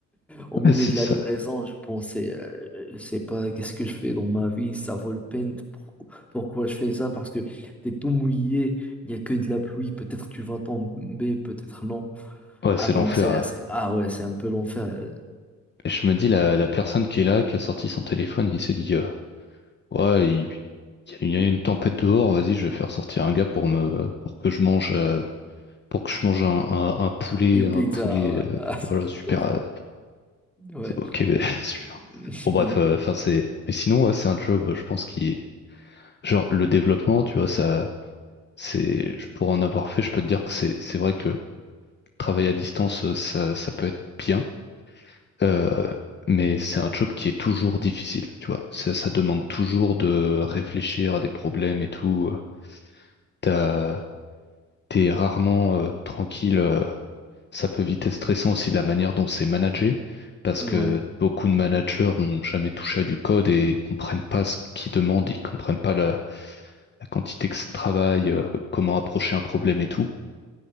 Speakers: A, in the centre; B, on the left.
A: Au milieu
B: ouais, c'est
A: de la
B: ça.
A: livraison, je pensais, euh, je sais pas, qu'est-ce que je fais dans ma vie, ça vaut le peine. pour- Pourquoi je fais ça? Parce que t'es tout mouillé, il n'y a que de la pluie, peut-être tu vas tomber, peut-être non.
B: Ouais,
A: Ah
B: c'est
A: donc
B: l'enfer,
A: c'est,
B: là.
A: c'est- ah ouais, c'est un peu l'enfer. euh,
B: Et je me dis, la, la personne qui est là, qui a sorti son téléphone, il s'est dit, euh, ouais, il, il y a une tempête dehors, vas-y, je vais faire sortir un gars pour me, pour que je mange, euh, pour que je mange un, un- un poulet,
A: euh, Une
B: un
A: pizza,
B: poulet, euh,
A: ouais.
B: voilà,
A: <laughs>
B: super. euh,
A: ouais.
B: Ok, mais <laughs> super.
A: <laughs>
B: Bon, bref, euh, enfin, c'est. Mais sinon, ouais, c'est un job, euh, je pense, qui. Genre, le développement, tu vois, ça. C'est. je- Pour en avoir fait, je peux te dire que c'est c'est vrai que travailler à distance, euh, ça, ça peut être bien. euh, mais c'est un job qui est toujours difficile, tu vois. Ça, ça demande toujours de réfléchir à des problèmes et tout. T'as, t'es rarement euh, tranquille. euh, Ça peut vite être stressant aussi de la manière dont c'est managé, parce
A: Ouais,
B: que beaucoup de managers ont jamais touché à du code et comprennent pas ce qu'ils demandent, ils comprennent pas la, la quantité que ça travaille, euh, comment approcher un problème et tout.